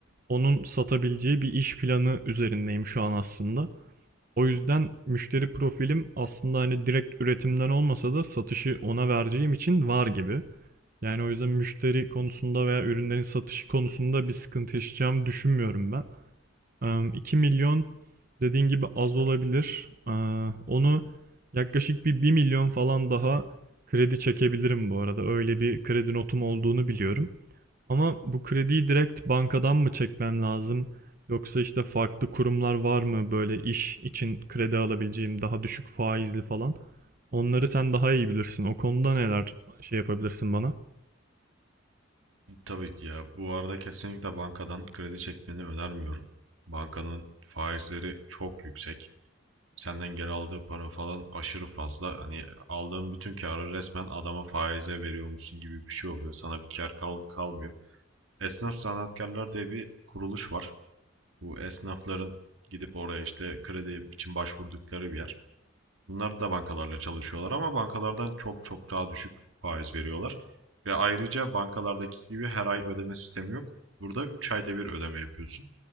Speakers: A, on the right (about 45°); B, on the right (about 75°).
A: onun satabileceği bir iş planı üzerindeyim şu an aslında. O yüzden müşteri profilim aslında hani direkt üretimden olmasa da satışı ona vereceğim için var gibi. Yani o yüzden müşteri konusunda veya ürünlerin satışı konusunda bir sıkıntı yaşayacağımı düşünmüyorum ben. Em, 2 milyon dediğin gibi az olabilir. Aa, Onu yaklaşık bir 1 milyon falan daha kredi çekebilirim bu arada. Öyle bir kredi notum olduğunu biliyorum. Ama bu krediyi direkt bankadan mı çekmem lazım? Yoksa işte farklı kurumlar var mı böyle iş için kredi alabileceğim daha düşük faizli falan? Onları sen daha iyi bilirsin. O konuda neler şey yapabilirsin bana?
B: Tabii ki ya bu arada kesinlikle bankadan kredi çekmeni önermiyorum. Bankanın faizleri çok yüksek. Senden geri aldığı para falan aşırı fazla. Hani aldığın bütün karı resmen adama faize veriyormuşsun gibi bir şey oluyor. Sana bir kar kal- kalmıyor. Esnaf Sanatkarlar diye bir kuruluş var. Bu esnafların gidip oraya işte kredi için başvurdukları bir yer. Bunlar da bankalarla çalışıyorlar ama bankalardan çok çok daha düşük faiz veriyorlar. Ve ayrıca bankalardaki gibi her ay ödeme sistemi yok. Burada 3 ayda bir ödeme yapıyorsun.